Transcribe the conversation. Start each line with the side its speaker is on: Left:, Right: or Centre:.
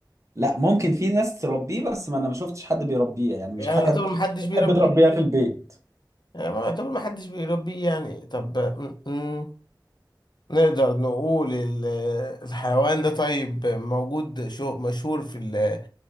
Right: لا ممكن في ناس تربيه بس ما انا ما شفتش حد بيربيه يعني مش
Left: يعني
Right: حاجة
Left: يعتبر محدش بيربيه
Right: تحب تربيها في <laughs> البيت
Left: يعني ما يعتبر محدش بيربيه يعني طب م- م- نقدر نقول ال- الحيوان ده طيب موجود شو مشهور في ال